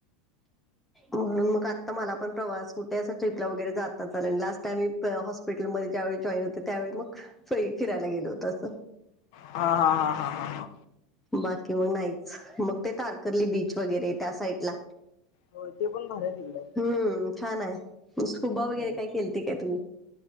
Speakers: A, in the centre; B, on the left (about 55°).
A: म्हणून मग आता मला पण प्रवास कुठे अस ट्रिपला वगैरे जाता चालेल लास्ट टाईम मि हासपीटल हॉपिटलमध्ये ज्यावे जॉई हो त्यावे मग फरी फिरायला गेलो होत अस
B: हा हा हा हा हा हा हा हा हा
A: बाकी मग नाहीच मग ते तारकर्ली बीच वगैरे त्या साईडला
B: होय ते पण भर येलंय
A: हम्म छान आहे स्ुबा वगैरे
B: होय
A: काय केलते काय तुम्ही